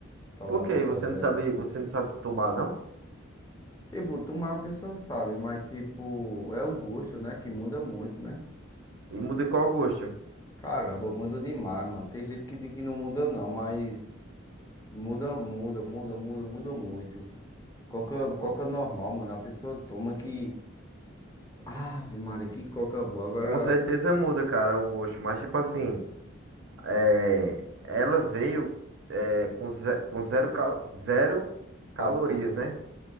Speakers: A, on the left (about 15°); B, on the right (about 60°).
A: Tal
B: Por
A: da Coca
B: quê? Você
A: Zero.
B: não sabe, você não sabe tomar, não?
A: Tipo, tu mais a pessoa sabe, mas tipo, é o gosto, né? Que muda muito, né?
B: E muda qual gosto?
A: Caramba, muda demais, mano. Tem gente que diz que não muda não, mas muda, muda, muda, muda, muda muito. Coca,
B: Co-
A: coca normal, mano. A pessoa toma que. Ave Maria, que coca boa. Agora
B: Com certeza muda, cara, o gosto. Mas tipo assim, é, ela veio é, com, ze- com zero, cal- zero calorias,
A: açúcar.
B: né?